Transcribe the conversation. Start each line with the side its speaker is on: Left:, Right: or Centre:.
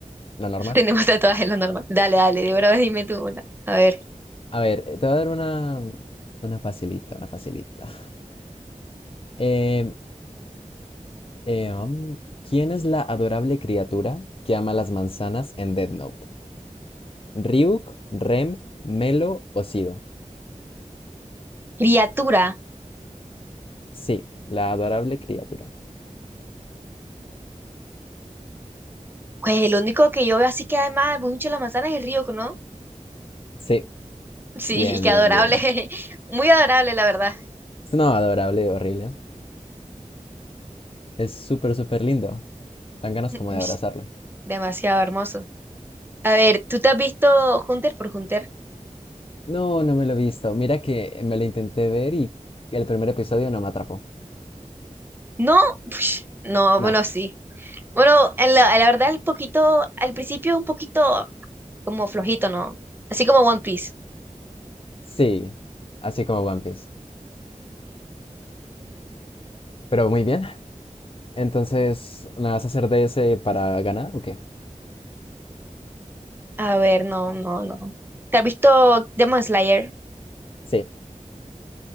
Left: lo normal.
Right: <laughs> Tenemos tatuajes lo normal. Dale, dale, de verdad dime tú una. A ver.
Left: A ver, eh, te voy a dar una, una facilita, una facilita. Eh, eh, am, ¿quién es la adorable criatura que ama las manzanas en Death Note? ¿Ryuk, Rem, Melo o Sido?
Right: Criatura.
Left: Sí, la adorable criatura.
Right: Pues el único que yo veo así que además mucho la manzana es el río, ¿no?
Left: Sí,
Right: Sí,
Left: bien,
Right: y qué
Left: bien,
Right: adorable.
Left: bien.
Right: <laughs> Muy adorable, la verdad.
Left: Es no adorable, horrible. Es súper, súper lindo. Dan ganas
Right: <laughs>
Left: como
Right: Uy,
Left: de abrazarlo.
Right: demasiado hermoso. A ver, ¿tú te has visto Hunter por Hunter?
Left: No, no me lo he visto. Mira que me lo intenté ver y el primer episodio no me atrapó.
Right: No, <laughs> no,
Left: No,
Right: bueno, sí. Bueno, en la, la verdad, el poquito, al principio es un poquito como flojito, ¿no? Así como One Piece.
Left: sí, así como One Piece. Pero muy bien. Entonces, ¿me vas a hacer de ese para ganar o qué?
Right: A ver, no, no, no. ¿Te has visto Demon Slayer?
Left: Sí,